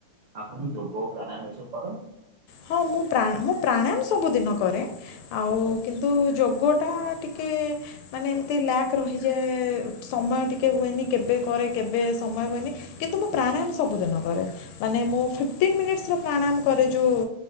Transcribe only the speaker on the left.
ହଁ ମୁଁ ପ୍ରା ମୁଁ ପ୍ରାଣାୟାମ ସବୁଦିନ କରେ ଆଉ କିନ୍ତୁ ଯୋଗଟା ଟିକେ ମାନେ ଏମିତି ଲ୍ୟାକ୍ ରହିଯାଏ ସମୟ ଟିକେ ହୁଏନି କେବେ କରେ କେବେ ସମୟ ହୁଏନି କିନ୍ତୁ ମୁଁ ପ୍ରାଣାୟାମ ସବୁଦିନ କରେ ମାନେ ମୁଁ ଫିଫ୍ଟିନ୍ ମିନିଟ୍ସର ପ୍ରାଣାୟାମ କରେ ଯୋଉ